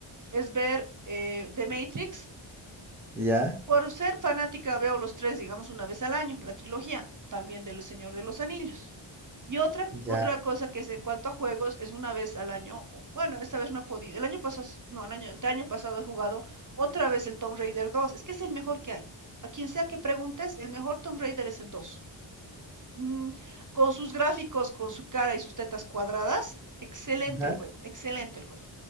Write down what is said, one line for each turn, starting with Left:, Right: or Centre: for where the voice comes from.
Right: es ver eh, The Matrix
Centre: ya,
Right: por ser fanática veo los tres, digamos, una vez al año, la trilogía, también del Señor de los Anillos. Y otra,
Centre: ya.
Right: otra cosa que es en cuanto a juegos, es una vez al año, o- bueno, esta vez no he podido, el año pasado, no, el año, el año pasado he jugado otra vez el Tomb Raider 2. es que es el mejor que hay. A quien sea que preguntes, el mejor Tomb Raider es el 2. Mm, con sus gráficos, con su cara y sus tetas cuadradas, excelente
Centre: Ajá.
Right: el juego, excelente el juego.